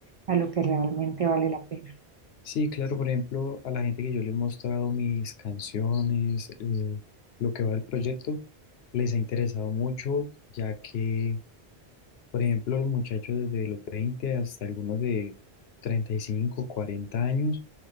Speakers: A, on the right (about 60°); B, on the left (about 70°).
A: a lo que realmente vale la pena.
B: Sí, claro, por ejemplo, a la gente que yo le he mostrado mis canciones, eh, lo que va del proyecto, les ha interesado mucho, ya que Por ejemplo, los muchachos desde los 20 hasta algunos de 35, 40 años